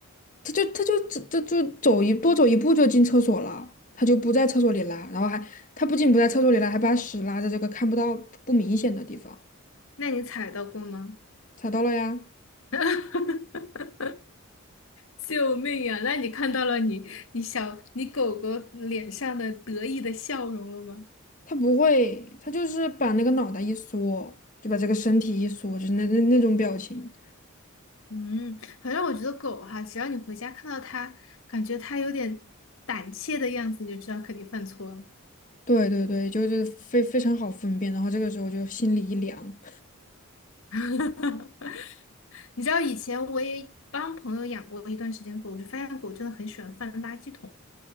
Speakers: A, on the left; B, on the left.
A: 他就他就就就走一多走一步就进厕所了，他就不在厕所里拉，然后还他不仅不在厕所里拉，还把屎拉在这个看不到不明显的地方，
B: 那你踩到过吗？
A: 踩到了呀，
B: <laughs> 救命呀！那你看到了你你小你狗狗脸上的得意的笑容了吗？
A: 他不会，他就是把那个脑袋一缩，就把这个身体一缩，就是那那那种表情，
B: 嗯，反正我觉得狗哈，只要你回家看到它，感觉它有点胆怯的样子，你就知道肯定犯错了。
A: 对对对，就是非非常好分辨，然后这个时候就心里一凉。
B: <laughs> 你知道以前我也帮朋友养过一段时间狗，我就发现狗真的很喜欢翻垃圾桶。